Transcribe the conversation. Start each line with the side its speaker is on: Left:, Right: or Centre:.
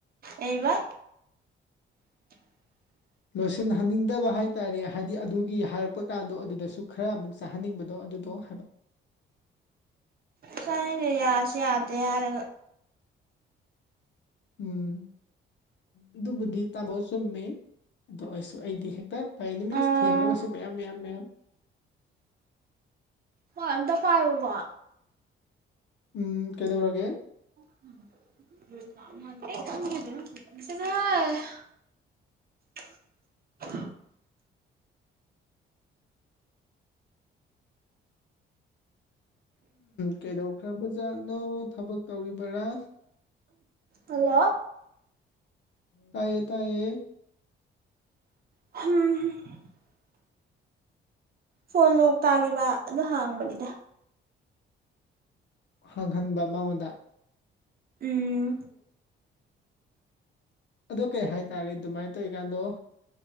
Right: ꯑꯩꯕ <unintelligible>
Left: ꯂꯣꯏꯁꯤꯟꯍꯟꯅꯤꯡꯗꯕ ꯍꯥꯏꯇꯥꯔꯦ ꯍꯥꯏꯗꯤ ꯑꯗꯨꯒꯤ ꯍꯥꯏꯔꯛꯄ ꯀꯥꯟꯗꯣ ꯑꯗꯨꯗꯁꯨ ꯈꯔ ꯑꯃꯨꯛ ꯆꯥꯍꯟꯅꯤꯡꯕꯗꯣ ꯑꯗꯨ ꯇꯣ ꯍꯗꯥ
Right: ꯇ ꯀ ꯌꯥꯁ ꯌꯥꯗ ꯌꯥꯔ
Left: ꯎꯝ ꯑꯗꯨꯕꯨꯗꯤ ꯇꯥꯃꯣ ꯆꯨꯝꯃꯦ ꯑꯗꯣ ꯑꯩꯁꯨ ꯑꯩꯗꯤ ꯍꯦꯛꯇ ꯐꯩꯅꯤ ꯃꯤꯟꯁ
Right: ꯑꯥ
Left: ꯊꯦꯝꯃꯒꯁꯨ ꯃꯌꯥꯝ ꯃꯌꯥꯝ ꯃꯌꯥꯝ
Right: ꯆꯗ ꯄꯥꯏꯨ ꯋꯥ
Left: ꯎꯝ ꯀꯗꯧꯔꯒꯦ
Right: <unintelligible> ꯑ
Left: ꯀꯩꯗꯧꯈ꯭ꯔꯕ ꯖꯥꯠꯅꯣ ꯊꯕꯛ ꯇꯧꯔꯤꯕꯔꯥ
Right: ꯍꯜꯂꯣ
Left: ꯇꯥꯏꯌꯦ ꯇꯥꯏꯌꯦ
Right: ꯍꯝ ꯐꯣꯟ ꯂꯣꯛ ꯇꯥꯈꯤꯕ ꯑꯗꯨ ꯍꯥꯡꯕꯅꯤꯗ
Left: ꯍꯥꯡꯍꯟꯕ ꯃꯉꯣꯟꯗ
Right: ꯎꯝ
Left: ꯔ ꯑꯗꯣ ꯀꯩ ꯍꯥꯏꯇꯥꯔꯦ ꯑꯗꯨꯃꯥꯏꯅ ꯇꯧꯋꯔꯤꯀꯥꯟꯗꯣ